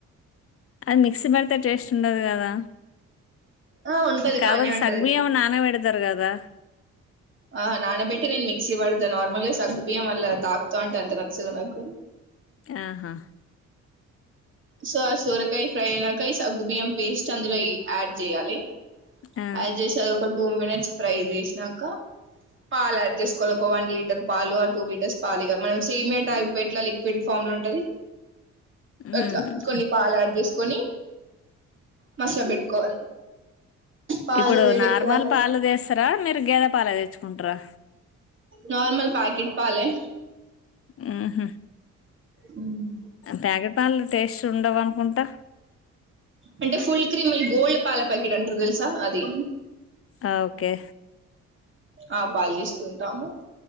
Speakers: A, on the left; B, on the right.
A: అది మిక్సీ పడితే టేస్ట్ ఉండదు కదా
B: ఆ ఉంటది
A: కావత్
B: బానే ఉంటది
A: సగ్గు బియ్యం నానాపెడతారు కదా రా
B: ఆ నానా బెట్టి నేను మిక్సీ పడ్తా నార్మల్గా సగ్గు బియం అలా తాక్తా అంటే అంత నచ్చదు నాకు
A: ఆహా
B: సో ఆ సోరకాయ ఫ్రై అయినాయ సగ్గు బియ్యం పేస్ట్ అందులో యాడ్ చేయాలి
A: ఆ
B: యాడ్ చేసి అది ఒక టూ మినిట్స్ ఫ్రై చేసినాక పాలు యాడ్ చేసుకోవాలి ఒక వన్ లీటర్ పాలు ఆ టూ లీటర్స్ పాలు ఇగ మనం సేమియా టైప్ ఎట్లా లిక్విడ్ ఫామ్ లో ఉంటది అట్లా
A: ఉమ్
B: కొన్ని పాలు యాడ్ చేసి కొని మసా పెట్టుకోవాలి పాలు
A: ఇప్పుడు
B: వేడెక్కాక
A: నార్మల్ పాలు తీస్ సరా మీరు గెదా పాలు తెచ్ కుంట్రా
B: నార్మల్ ప్యాకెట్ పాలే
A: హ్మ్ హు
B: హ్మ్
A: ప్యాకెట్ పాలు టేస్ట్ ఉండవు అనుకుంటా
B: అంటే ఫుల్ క్రీమ్ గోల్డ్ పాల ప్యాకెట్ అంటారు తెలుసా అది
A: అ ఓకే
B: ఆ పాలు తీసుకుంటాము